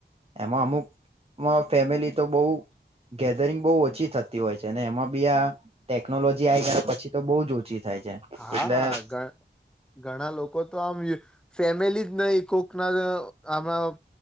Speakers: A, on the right (about 30°); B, in the centre.
A: એમાં અમુક ફેમિલી તો બહુ ગેધરિંગ બહુ ઓછી થતી હોય છે. અને એમાં બી આ ટેકનોલોજી આઈ ગયા પછી તો બહુ જ. ઓછી થાય છે
B: હા
A: એટલે
B: ઘ ઘણા લોકો. તો આમ ફેમિલી જ નહી કોકના આણા